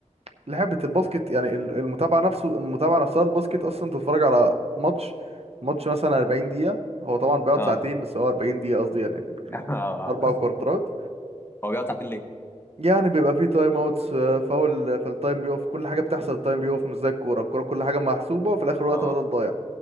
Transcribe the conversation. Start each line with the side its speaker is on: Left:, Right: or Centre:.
Right: فلعبه الباسكت يعني ال- المتابعه نفسه المتابعه نفسها الباسكت اصلا تتفرج على ماتش ماتش مثلا 40 دقيقه هو طبعا بيقعد
Left: اه
Right: ساعتين بس هو 40 دقيقه قصدي يعني ال- ال-
Left: <laughs> آه.
Right: اربع كوارترات
Left: هو بيقعد ساعتين ليه؟
Right: يعني بيبقى فيه تايم اوتس فاول فالتايم بيقف كل حاجه بتحصل التايم بيقف مش زي الكوره الكوره كل حاجه محسوبه وفي الاخر وقت
Left: اه
Right: بدل ضايع